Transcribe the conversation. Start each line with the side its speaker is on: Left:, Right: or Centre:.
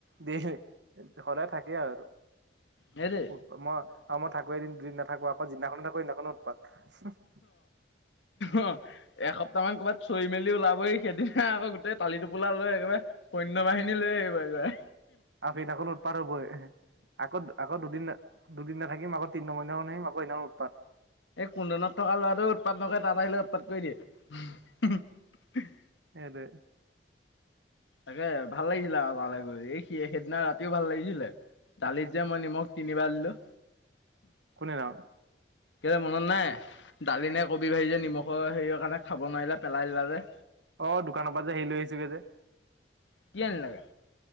Right: দ সদায় থাকে আৰুটো
Left: সেইটোৱে
Right: উৎ মই আৰু মই থাকো এদিন দুদিন নাথাকো যিদিনাখননেো থাকো সেইদিনাখনো উৎপাত। সাঃ
Left: অ এসপ্তাহ মান ক'ৰবাত চৈ মেলি ওলাবহি সেইদিনা আকৌ গোটেই টালি টোপোলা লৈ একেবাৰে সন্য বাহিনী লৈ আহিব একেবাই।
Right: আৰু সেইদিনাখনো উৎপাত হ'বই আকৌ আকৌ দুদিন দুদিন ন থাকিম আকৌ তিনি ন মনা আহিম আকৌ ইমান উৎপাত।
Left: এই কুন্দনত থকা ল'ৰাটোৱে উৎপাত নকৰে তাত আহিলে উৎপাত কৰি দিয়ে।
Right: সেই টোএ
Left: তাকে ভাল লাগিছিলে আৰু তালৈ গৈ এই সি সেইদিনা ৰাতিও ভাল লাগিছিলে। দালিত যে মই নিমখ তিনিবা দিলো।
Right: কোন দিনাখন?
Left: কেলে মনত নাই দালি নে কবি বাঢ়ি যে নিমখৰ হেৰিৰ কাৰণে খাব নোৱাৰিলে পেলাই দিলা যে
Right: অ দোকানৰ পৰা যে হেইৰি লৈ আহিছোগে যে
Left: কি আনিলা গে?